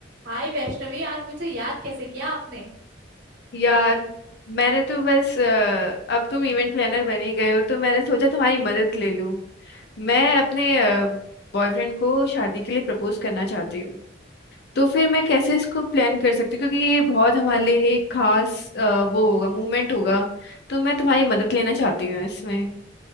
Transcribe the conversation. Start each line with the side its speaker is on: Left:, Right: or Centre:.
Right: हाय वैष्णवी आज मुझे याद कैसे किया आपने
Left: यार मैंने तो बस अ, अब तुम इवेंट प्लानर बन ही गए हो तो मैंने सोचा तुम्हारी मदद ले लूं मैं अपने बॉयफ्रेंड को शादी के लिए प्रपोज करना चाहती हूँ तो फिर मैं कैसे इसको प्लान कर सकती हूँ क्योंकि ये बहुत हमारे लिए एक खास अ, वो होगा मूवमेंट होगा तो मैं तुम्हारी मदद लेना चाहती हूँ इसमें